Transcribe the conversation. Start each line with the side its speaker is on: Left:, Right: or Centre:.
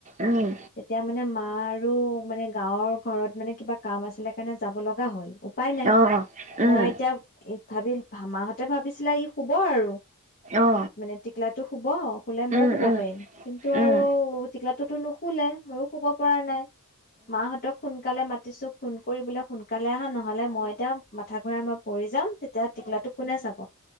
Right: উম
Left: তেতিয়া মানে মা আৰু মানে গাঁৱৰ ঘৰত মানে কিবা কাম আছিলে কাৰণে যাব লগা হ'ল উপায় নাই
Right: অ উম
Left: মই এতিয়া ভাবিল মাহত তে ভাবিছিলে ই শুব আৰু
Right: অ
Left: মানে টিকলাটো শুব শুলে মইও
Right: উম
Left: শুব
Right: উম
Left: পাৰিম কিন্তু
Right: উম
Left: আৰু টিকলাটো টো নুশুলে। মইয়ো শুব পৰা নাই মাহঁতক সোনকালে মা মাতিছো ফোন কৰি বোলে সোনকালে আহা নহলে মই এতিয়া মাথা ঘূৰাই মই পৰি যাম। তেতিয়া টিকলাটো কোনে চাব?